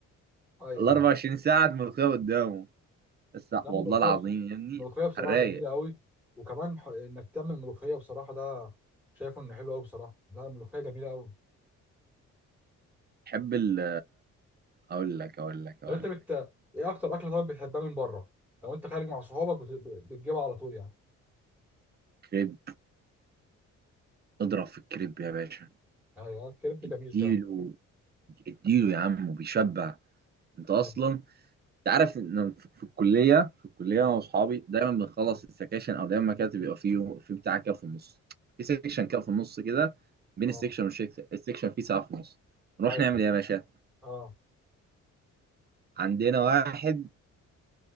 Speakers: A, in the centre; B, on the right (about 35°).
A: ايوه
B: ال 24 ساعه ملوخيه قدامه بس
A: لا
B: والله
A: الملوخيه
B: العظيم يا ابني
A: الملوخيه بصراحه
B: على الرايق
A: جميله قوي وكمان ح- انك تعمل ملوخيه بصراحه ده شايفه انه حلو قوي بصراحه لا الملوخيه جميله قوي
B: بحب ال اقول لك اقول لك اقول
A: لو انت بت...
B: لك
A: ايه اكتر اكله طيب بتحبها من بره لو انت خارج مع صحابك بت... بتجيبها على طول يعني
B: كريب اضرب في الكريب يا باشا
A: ايوه الكريب جميل
B: اديله
A: فعلا
B: اديله يا عم وبيشبع انت اصلا
A: ايوه
B: انت عارف ان في في الكليه في الكليه
A: اه
B: انا واصحابي دايما بنخلص السكاشن او دايما كده بيبقى فيه في بتاع كده في النص في سيكشن كده في النص كده بين
A: اه
B: السيكشن والسيكشن السيكشن فيه ساعه في النص نروح
A: ايوه
B: نعمل ايه يا باشا
A: اه
B: عندنا واحد